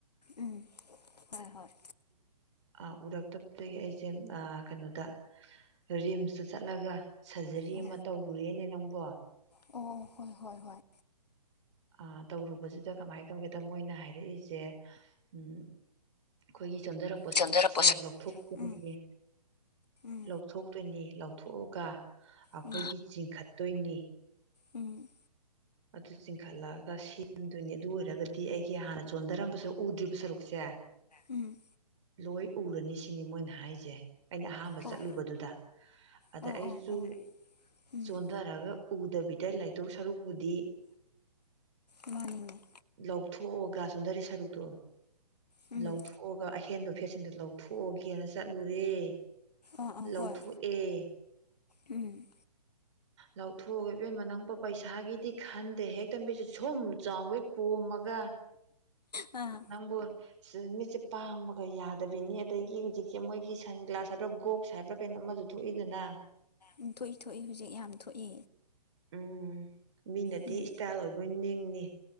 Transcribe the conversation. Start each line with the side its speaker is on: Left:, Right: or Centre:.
Left: ꯎꯝ ꯍꯣꯏ ꯍꯣꯏ
Right: ꯍ ꯎꯔꯛꯇꯕꯗꯒꯤ ꯑꯩꯁꯦ ꯀꯩꯅꯣꯗ ꯔꯤꯝꯁꯇ ꯆꯠꯂꯒ ꯁꯔꯖꯔꯤ
Left: ꯎꯝ
Right: ꯑꯃ ꯇꯧꯔꯨꯔꯦꯅꯦ ꯅꯪꯕꯨ <unintelligible>
Left: ꯑꯣ ꯍꯣꯏ ꯍꯣꯏ ꯍꯣꯏ
Right: ꯑ ꯇꯧꯔꯨꯕꯁꯤꯗ ꯀꯃꯥꯏꯅ ꯇꯧꯒꯦꯗ ꯃꯣꯏꯅ ꯍꯥꯏꯔꯛꯏꯁꯦ ꯎꯝ ꯑꯩꯈꯣꯏꯒꯤ ꯆꯟꯊꯔꯛꯄ
Left: ꯆꯣꯟꯊꯔꯛꯄꯁꯨ
Right: ꯁꯔꯨꯛꯁꯦ ꯂꯧꯊꯣꯛꯇꯣꯏꯅꯤ
Left: ꯎꯝ ꯎꯝ
Right: ꯂꯧꯊꯣꯛꯇꯣꯏꯅꯤ ꯂꯧꯊꯣꯛꯑꯒ ꯑꯩꯈꯣꯏꯒꯤ
Left: ꯎꯝ
Right: ꯆꯤꯡꯈꯠꯇꯣꯏꯅꯤ
Left: ꯎꯝ
Right: ꯑꯗꯨ ꯆꯤꯡꯈꯠꯂꯛꯑꯒ ꯁꯦꯝꯗꯣꯏꯅꯤ ꯑꯗꯨ ꯑꯣꯏꯔꯒꯗꯤ ꯑꯩꯒꯤ ꯍꯥꯟꯅ ꯆꯣꯟꯊꯔꯝꯕꯁꯨ ꯎꯗ꯭ꯔꯤꯕ ꯁꯔꯨꯛꯁꯦ
Left: ꯎꯝ
Right: ꯂꯣꯏ ꯎꯔꯅꯤ ꯁꯤꯅꯤ ꯃꯣꯏꯅ ꯍꯥꯏꯁꯦ ꯑꯩꯅ ꯑꯍꯥꯟꯕ
Left: ꯑꯣ
Right: ꯆꯠꯂꯨꯕꯗꯨꯗ ꯑꯗ
Left: ꯑꯣ
Right: ꯑꯩꯁꯨ
Left: ꯑꯣ ꯑꯣ ꯎꯝ
Right: ꯆꯣꯟꯊꯔꯒ ꯎꯗꯕꯤꯗ ꯏꯇꯩ ꯂꯩꯗꯧꯁꯔꯨꯛꯄꯨꯗꯤ
Left: ꯃꯥꯅꯤꯅꯦ
Right: ꯂꯧ ꯊꯣꯛꯑꯒ ꯆꯣꯟꯊꯔꯤ ꯁꯔꯨꯛꯇꯣ
Left: ꯎꯝ
Right: ꯂꯧꯊꯣꯛꯑꯒ ꯑꯍꯦꯟꯕ ꯐꯦꯠꯁꯤꯡꯗꯨꯣ ꯂꯧꯊꯣꯛꯑꯒꯦꯅ ꯆꯠꯂꯨꯔꯦ
Left: ꯑꯥ ꯑꯥ
Right: ꯂꯧꯊꯣꯛꯑꯦ
Left: ꯍꯣꯏ ꯎꯝ
Right: ꯂꯧꯊꯣꯛꯑꯣ ꯏꯕꯦꯝꯃ ꯅꯪꯕꯨ ꯄꯩꯁꯥꯒꯤꯗꯤ ꯈꯟꯗꯦ ꯍꯦꯛꯛꯇ ꯃꯤꯠꯁꯦ ꯁꯨꯝ ꯆꯥꯎꯏ ꯄꯣꯝꯃꯒ
Left: ꯑꯥ
Right: ꯅꯪꯕꯨ ꯃꯤꯠꯁꯦ ꯄꯥꯡꯕꯒ ꯌꯥꯗꯕꯤꯅꯤ ꯑꯗꯒꯤ ꯍꯧꯖꯤꯛꯀꯤ ꯃꯣꯏꯒꯤ ꯁꯟ ꯒ꯭ꯂꯥꯁ ꯍꯥꯏꯕ꯭ꯔꯥ ꯒꯣꯛꯁ ꯍꯥꯏꯕ꯭ꯔꯥ ꯀꯩꯅꯣ ꯑꯃꯁꯨ ꯊꯣꯛꯏꯗꯅ
Left: ꯎꯝ ꯊꯣꯛꯏ ꯊꯣꯛꯏ ꯍꯧꯖꯤꯛ ꯌꯥꯝ ꯊꯣꯛꯏ
Right: ꯎꯝ ꯃꯤꯅꯗꯤ
Left: ꯎꯝ
Right: ꯏꯁꯇꯥꯏꯜ ꯑꯣꯏꯕ ꯅꯤꯡꯏ